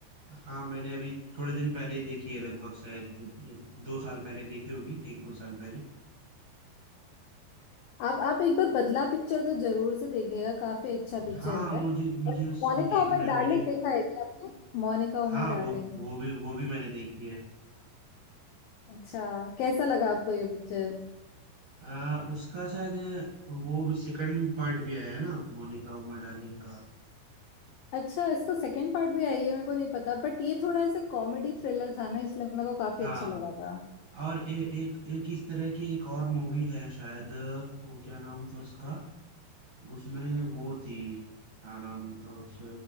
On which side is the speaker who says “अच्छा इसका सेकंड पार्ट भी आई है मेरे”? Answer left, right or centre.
Left